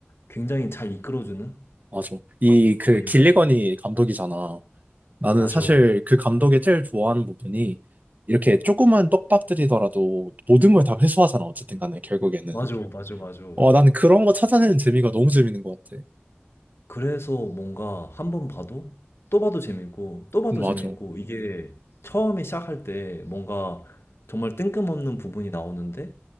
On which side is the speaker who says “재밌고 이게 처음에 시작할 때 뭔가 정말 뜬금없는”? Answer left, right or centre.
Left